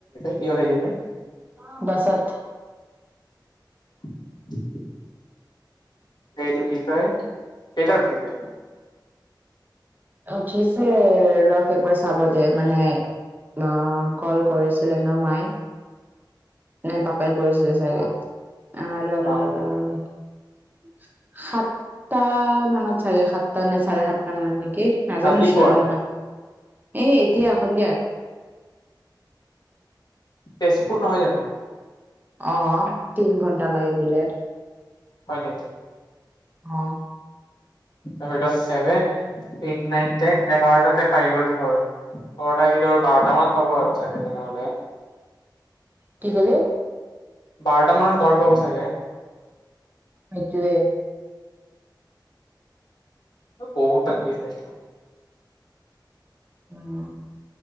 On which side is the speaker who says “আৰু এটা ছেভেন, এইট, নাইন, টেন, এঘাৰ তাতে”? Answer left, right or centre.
Left